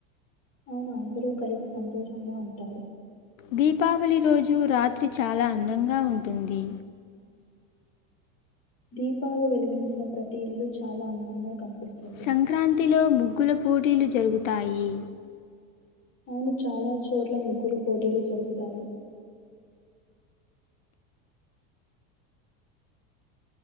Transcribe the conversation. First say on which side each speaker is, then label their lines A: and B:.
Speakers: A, on the left; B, on the left.
A: అవును అందరూ కలిసి సంతోషంగా ఉంటారు
B: దీపావళి రోజు రాత్రి చాలా అందంగా ఉంటుంది
A: దీపాలు వెలిగించిన ప్రతి ఇల్లు చాలా అందంగా కనిపిస్తుంది.
B: సంక్రాంతిలో ముగ్గుల పోటీలు జరుగుతాయి
A: అయను చాలా చోట్ల ముగ్గులు పోటీలు జరుగుతాయి